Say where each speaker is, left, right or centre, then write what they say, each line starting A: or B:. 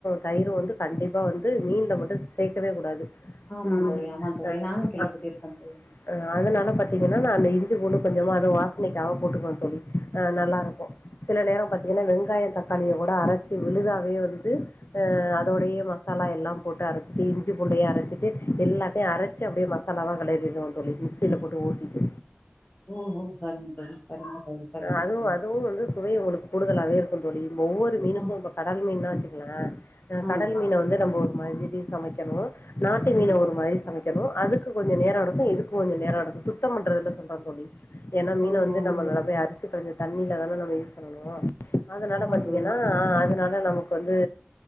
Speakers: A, on the left; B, on the left.
A: தயிரு வந்து கண்டிப்பா வந்து மீன்ல மட்டு சேக்கவே கூடாது
B: ஆமாந்
A: ம்,
B: தோழி ஆமாநா தோழி
A: அஹ்,
B: நானு கேள்விப்பட்டிருக்க
A: ஆ
B: தோழி இங்க
A: அ அதனால பாத்தீங்கன்னா நா அந்த இஞ்சி பூண்டு கொஞ்சமா அது வாசனைக்காக போட்டுக்குவ தோழி ஆ நல்லா இருக் சில நேரம் பாத்தீங்கன்னா வெங்காயோ தக்காளிய கூட அரச்சு விழுதாவே வந்து அ அதோடையே மசாலா எல்லா போட்டு அரச்சிட்டு இஞ்சி பூண்டையு அரச்சிட்டு எல்லாத்தையு‌ அரச்சு அப்டியே ம சாலாலா கெளரிரணு தோழி மிக்சில போட்டு ஊத்திட்டு
B: ம் ம் சரிங்க தோழி சரிங்க தோழி சரிங்க
A: அதுவு
B: தோழி
A: அதுவு வந்து சுவை உங்களுக்கு குடுக்கல அதே இருக்கு தோழி இந்த ஒவ்வொரு மீனுக்கு
B: ஆ
A: இப்ப கடல் மீனுனா வச்சுக்கங்களன்
B: ஆ
A: கடல் மீன வந்து நம்ம ஒரு மாதிரி சமைக்கணு நாட்டு மீன
B: ம்
A: ஒரு மாறி சமைக்கணு அதுக்கு கொஞ்சோ நேரோ இருக்கும் இதுக்கு கொஞ்ச நேரோ இருக்கு சுத்தம் பண்றதுல சொன் ம் தோழி ஏனா மீன
B: ஓஹோ
A: வந்து நம்ம
B: ம்
A: நல்ல போய் அலச்சிட்டு வந்து தண்ணில தான நம்ம யூஸ் பண்ணனு அதனால
B: ஆமா
A: பாத்தீங்கன்னா
B: தோழி
A: ஆ அதனால் அதா நமக்கு வந்து